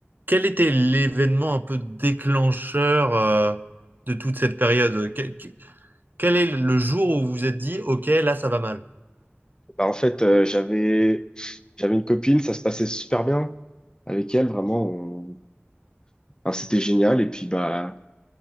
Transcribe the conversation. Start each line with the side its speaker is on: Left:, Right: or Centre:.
Right: quel était l'événement un peu déclencheur euh, de toute cette période? Que- que- Quel, est le jour où vous vous êtes dit, ok, là, ça va mal?
Left: Bah, en fait, euh, j'avais J'avais une copine, ça se passait super bien avec elle, vraiment. on- enfin, c'était génial. Et puis, bah,